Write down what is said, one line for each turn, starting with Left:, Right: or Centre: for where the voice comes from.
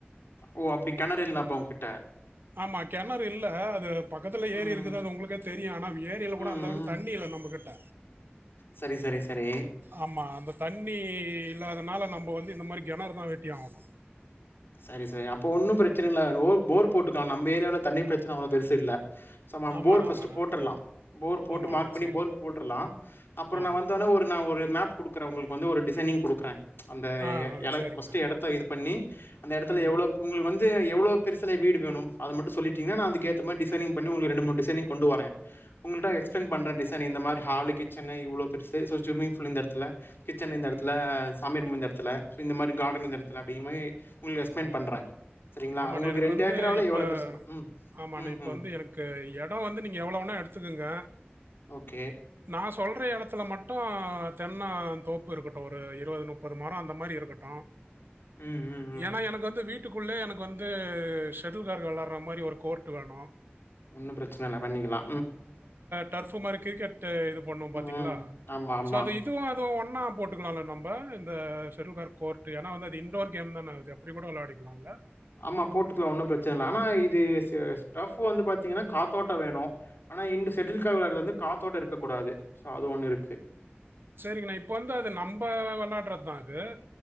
Left: ஓ அப்டி கெணறில்ல அப்ப உங்க்கிட்ட
Right: ஆமா கெணறு இல்ல அது பக்கத்துல ஏரி
Left: ம்
Right: இருக்குது அது உங்களுக்கே தெரியு ஆனா அந்த ஏரில கூட
Left: ம்
Right: அந்தளவுக்கு
Left: ம்
Right: தண்ணி இல்ல நம்பு கிட்ட
Left: சரி சரி சரி
Right: ஆமா அந்த தண்ணி இல்லாதனால நம்ம வந்து இந்த மாரி கெணறுதா வெட்டி ஆகணு
Left: சரி சரி அப்ப ஒன்னு பிரச்சன இல்ல போ போர் போட்டுதா நம்ப ஏரியால தண்ணி பிரச்சன அவ்ளோ பெருசு இல்ல சம
Right: ஆமாண்ணா
Left: போர் ஃபஸ்ட்டு
Right: ஆமாண்ணா
Left: போட்டர்லா போர் போட்டு
Right: ஆமாண்ணா
Left: மார்க் பண்ணி
Right: சரிண்ணா
Left: போர் போட்ரலா அப்புற
Right: ஆ
Left: நா வந்தொன ஒரு நா ஒரு மேப் குடுக்குற உங்களுக்கு வந்து ஒரு டிசைனிங் குடுக்குறே அந்த
Right: ஆ
Left: எ
Right: ஆ,
Left: எட
Right: சரிங்கண்ணா
Left: மஸ்ட்டு எடத்த இது பண்ணி அந்த எடத்துல
Right: ம்
Left: எவ்ளோ உங்கஞ வந்து எவ்ளோ பெருசுல வீடு வேணு அத மட்டு சொல்லிட்டீங்கன்னா நா அதுக்கு ஏத்ந மாரி டிசைிங் பண்ணி உங்களுக்கு ரெண்டு மூணு டிசைனிங் கொண்டு வரே உங்கள்கிட்ட எக்ஸ்பளைன் பண்ற டிசைனு இந்த மாரி ஹாலு கிச்சசு இவ்ளோ பெருசு சோ ஸ்விமிங் பூல் இந்த எடத்துல கிச்சன் இந்த இடத்துல
Right: ம்
Left: சாமி ரூம் இந்த இடத்துல இந்த மாரி கார்டன் இந்த இடத்துல அப்டிங்க மாரி உங்களுக்கு எக்ஸ்பிளைன்
Right: ஆமாண்ன
Left: பண்றேன். சரிங்களா?
Right: ஆமாண்ன
Left: உங்களுக்கு
Right: எனக்கு வந்து
Left: ஏக்கராவுல
Right: இப்ப
Left: எவ்வளோ பெருசு வேணும்? ம்.
Right: ஆமாண்ன
Left: ம்,
Right: இப்ப
Left: ம்.
Right: வந்து எனக்கு எடோ வந்து நீங்க எவ்ள வேனா எடுத்துக்கங்க
Left: ஓகே
Right: நா சொல்ற எடத்துல மட்டு தென்னந் தோப்பு இருக்கட்டு ஒரு இருவது நுப்பது மரோ அந்த மாரி இருக்கட்டு ஆ
Left: ம், ம், ம்.
Right: ஏன்னா எனக்கு வந்து வீட் வீட்டுக்குள்ளே எனக்கு வந்து செடில்கார்ட் வெளாட்ற மாரி ஒரு கோர்ட் வேணு
Left: ஒன்னு பிரச்சன இல்ல பண்ணிக்கலா
Right: டரப்ஃபு மாரி கிரிக்கெட்டு இது பண்ணுவோ பாத்தீங்களா
Left: ம். ஆமா, ஆமா.
Right: சோ அது இதுவு அதுவு ஒன்னா போட்டுக்கலால நம்ம இந்த செட்டுல்கார் கோர்ட் ஏன்னா வந்து அது இண்டோர் கேம் தான அது அப்டி கூட வெளாடிக்கலால
Left: ஆமா போட்டுக்கலா ஒன்னு பிரச்சன இல்ல ஆனா இது ஸ்டப் வந்து பாத்தீங்கன்னா காத்தோட்டோ வேணு ஆனா இந்த செட்டில்கா் வெளாட்றது வந்து காத்தோட்ட இருக்கக்க கூடாது சோ அது ஒண்ணு இருக்கு
Right: சேரிங்கண்ணா இப்ப வந்து அது நம்ம வெளாட்றதுதா அது